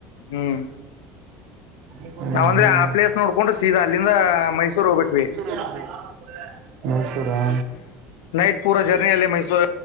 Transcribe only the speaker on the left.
ಹ್ಮ್
ನಾವ್ಂದ್ರೆ ಆ ಪ್ಲೇಸ್ ನೋಡ್ಕೊಂಡು ಸದಾ ಅಲ್ಲಿಂದ ಮೈಸೂರ್ ಹೋಗಬಿಟ್ವಿ.
ನೈಟ್ ಪೂರ ಜರ್ನಿ ಅಲ್ಲಿ ಮೈಸೂರ